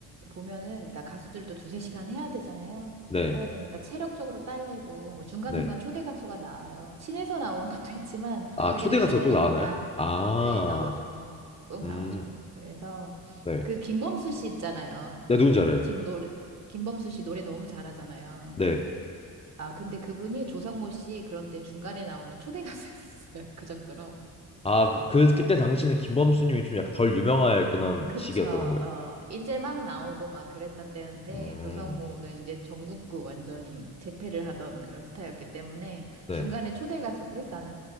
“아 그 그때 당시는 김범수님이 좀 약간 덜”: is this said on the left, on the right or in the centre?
Left